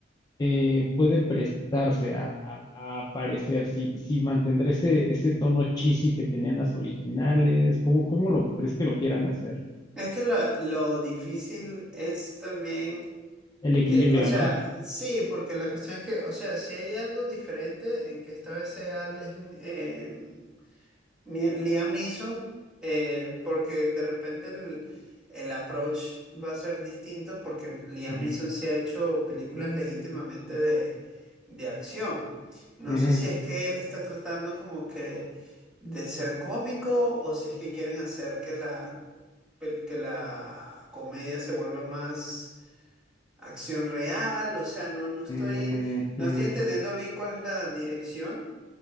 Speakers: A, on the left (about 20°); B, in the centre.
A: eh, puede prestarse a, a- a aparecer? Si, si mantendrá ese, ese tono cheesy que tenían las originales, ¿cómo, cómo lo crees que lo quieran hacer?
B: Es que lo, lo difícil es también
A: El equilibrio,
B: que, o sea,
A: ¿no?
B: sí, porque la cuestión es que, o sea, si hay algo diferente en que esta vez sea Leslie, em, Ni- Liam Neeson, eh, porque de repente el, el approach va a ser distinto, porque Liam
A: Ujú,
B: Neeson se ha hecho películas legítimamente de, de acción. No
A: ujú,
B: sé si es que él está tratando como que de ser cómico o si es que quieren hacer que la, pel- que la comedia se vuelva más acción real. O sea, no, no estoy,
A: ujú,
B: no estoy entendiendo bien cuál es la dirección.